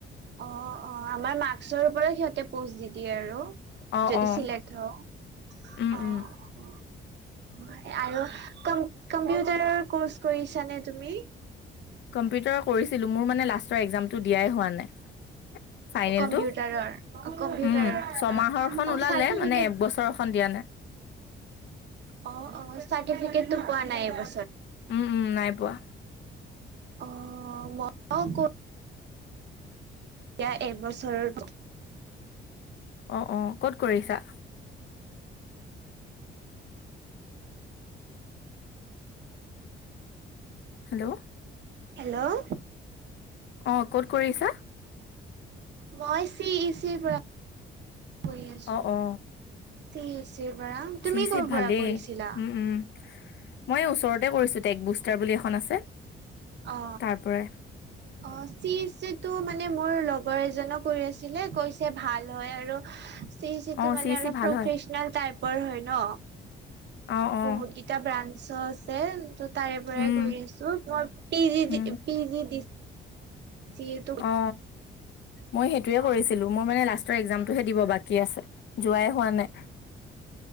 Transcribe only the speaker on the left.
অ
অ
উম
উম
কম্পিউটাৰ কৰিছিলো মোৰ মানে লাষ্টৰ এক্জামটো দিয়াই হোৱা নাই ফাইনেলটো
উম ছমাহৰখন
ওলালে
মানে একবছৰখন দিয়া নে
উম উম নাই পোৱা
অ অ ক'ত কৰিছা হেল্ল'
অ ক'ত কৰিছা
অ অ
চি
ই চিত
ভালেই
উম উম মই ওচৰতে কৰিছোঁ টেক বুষ্টাৰ বুলি এখন আছে
তাৰ পৰাই
অ
চি ই
চি ভাল
হয়
অ
অ
উম
উম
অ মই সেইটোয়ে কৰিছিলো
মই মানে লা ত একজামতটোহে দিব বাকী আছে যোৱাই হোৱা নাই